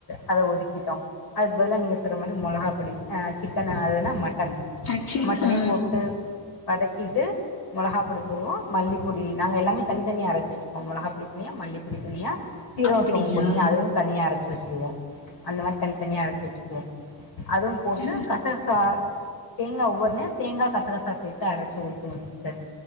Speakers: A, on the left; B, on the left.
A: அத ஒதுக்கிட்டோ அதுக்கு பதிலா நீங்க சொல்ற மாரி மொளகா பொடி அ சிக்கன் அது என்னா மட்டன்
B: ஆக்சுவல்
A: மட்டனையு
B: ஆ
A: போட்டு வதக்கிட்டு மொளகா பொடி போடுவோ மல்லிப்பொடி நாங்க எல்லாமே தனி தனியா அரச்சி வச்சிர் மொளக பொடி தனியா மல்லி பொடி தனியா சீரகம்
B: அப்டியா?
A: சோம்பொடி அதுவு தனியா அரச்சி வச்சுக்குவோ அந்த மாரி தனித்தனியா அரச்சு வச்சுக்குவோ அதுவு போட்டு
B: அ
A: கசகசா தேங்கா ஒவ்வொர்னே தேங்கா கசகசா சேத்து அரச்சி ஊத்துவோ சிஸ்டர்